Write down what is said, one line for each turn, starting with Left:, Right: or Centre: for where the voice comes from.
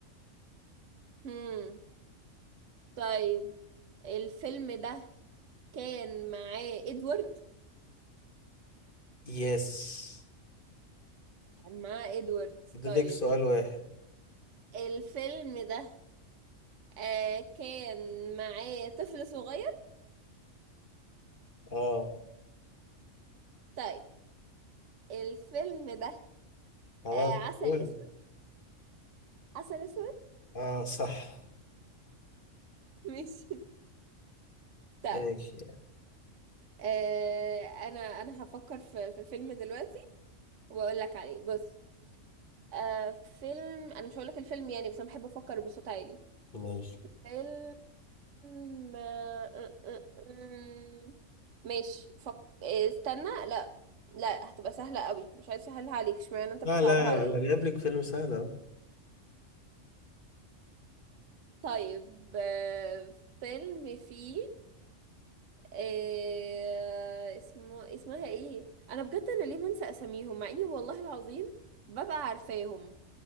Right: هم. طيب الفيلم ده كان معاه ادوارد
Left: يس
Right: كان معاه ادوارد
Left: فاضل
Right: طيب
Left: لك سؤال واحد
Right: الفيلم ده آه كان معاه طفل صغير
Left: اه
Right: طيب الفيلم ده
Left: خلاص
Right: آه عسل
Left: قول
Right: اسود عسل اسود
Left: اه صح
Right: <laughs> ماشي طيب
Left: ايش
Right: آه، انا انا هفكر في في فيلم دلوقتي واقول لك عليه بص آه، فيلم انا مش هقول لك الفيلم يعني بس انا بحب افكر بصوت عالي
Left: ماشي
Right: فيلم آه، آه، آه، آه. ماشي فك... آه، استنى لا لا هتبقى سهلة قوي مش عايز اسهلها عليك اشمعنى انت
Left: لا
Right: بتصعبها
Left: لا
Right: عليا
Left: لا جايب لك فيلم سهل اهو
Right: طيب آه، فيلم فيه آه، اسمه اسمها ايه انا بجد انا ليه بنسى اساميهم مع اني والله العظيم ببقى عارفاهم